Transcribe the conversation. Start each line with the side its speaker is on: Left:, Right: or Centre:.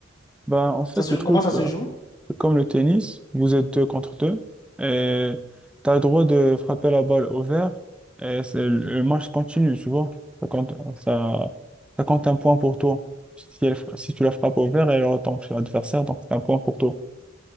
Centre: ben, en fait,
Left: Ça se,
Centre: le
Left: comment
Centre: truc,
Left: ça se
Centre: euh,
Left: joue?
Centre: c'est comme le tennis, vous êtes deux contre deux, et tu as le droit de frapper la balle au vert, et c'est, le match continue, tu vois. Ça compte, ça, ça compte un point pour toi. Si, elle fra- si tu la frappes au vert, elle retombe sur l'adversaire, donc c'est un point pour toi.